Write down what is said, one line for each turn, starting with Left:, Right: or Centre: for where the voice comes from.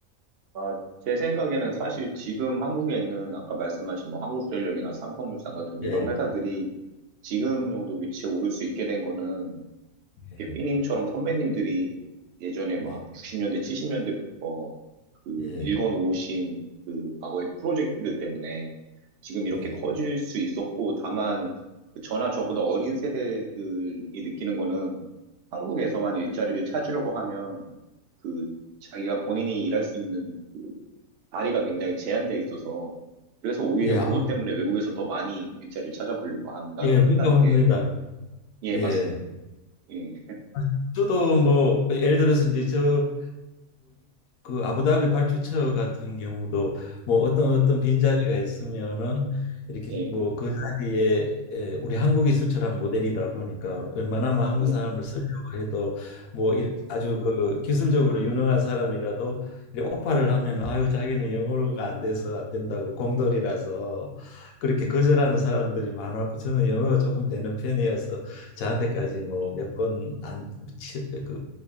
Right: 아, 제 생각에는 사실 지금 한국에 있는 아까 말씀하신 뭐 한국전력이나 삼성물산 같은 이런
Left: 예,
Right: 회사들이 지금 정도 위치에 오를 수 있게 된 거는
Left: 예,
Right: 이렇게 삐님처럼 선배님들이 예전에 막
Left: 네,
Right: 90년대, 70년대부터 그
Left: 예, 예,
Right: 읽어놓으신 그 과거의 프로젝트들 때문에 지금 이렇게
Left: 예.
Right: 커질 수 있었고, 다만 그 저나 저보다 어린 세대들이 느끼는 거는 한국에서만 일자리를 찾으려고 하면 그 자기가 본인이 일할 수 있는 그 다리가 굉장히 제한되어 있어서 그래서 오히려
Left: 예,
Right: 그것 때문에 외국에서 더 많이 일자리를 찾아보려고 한다,
Left: 예, 공감합니다.
Right: 한다는 게, 예,
Left: 예.
Right: 맞습니다. 네,
Left: 아, 저도 뭐 예를 들어서 이제 저그 그 아부다비 발주처 같은 경우도 뭐 어떤 어떤
Right: 예,
Left: 빈자리가 있으면은 이렇게
Right: 예,
Left: 뭐 그 자리에 에, 우리 한국이 수출한 모델이다 보니까 웬만하면 한국
Right: 예.
Left: 사람을 쓰려고 해도 뭐 이-
Right: 예.
Left: 아주 그 기술적으로 유능한 사람이라도 이렇게 오파를 하면 아유 자기는 영어가 안 돼서 안 된다고 공돌이라서 그렇게 거절하는 사람들이 많았고 저는 영어가 조금 되는 편이어서 저한테까지
Right: 음,
Left: 뭐몇번안 치- 그